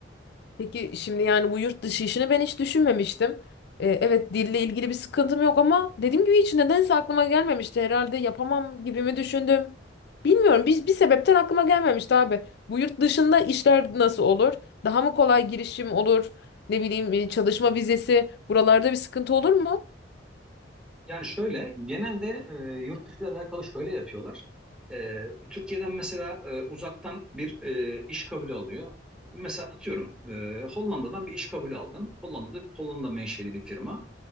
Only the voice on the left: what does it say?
Peki şimdi yani bu yurt dışı işini ben hiç düşünmemiştim. Ee, evet dille ilgili bir sıkıntım yok ama dediğim gibi hiç nedense aklıma gelmemişti. Herhalde yapamam gibi mi düşündüm? Bilmiyorum. Biz bir sebepten aklıma gelmemişti abi. Bu yurt dışında işler nasıl olur? Daha mı kolay girişim olur? Ne bileyim e, çalışma vizesi buralarda bir sıkıntı olur mu?